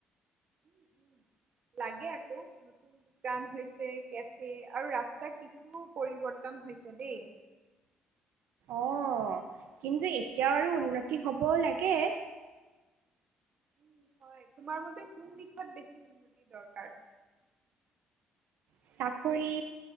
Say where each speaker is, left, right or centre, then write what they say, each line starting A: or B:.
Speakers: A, on the right (about 40°); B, on the right (about 80°).
A: উম উম লাগে আকৌ দোকান হৈছে কেফে আৰু ৰাস্তা কিছু পৰিৱৰ্তন হৈছে দেই
B: অঁ কিন্তু এতিয়াও আৰু উন্নতি হ'ব লাগে
A: উম, হয় তোমাৰ মতে কোন দিশত বেছি উন্নতি দৰকাৰ
B: চাকৰি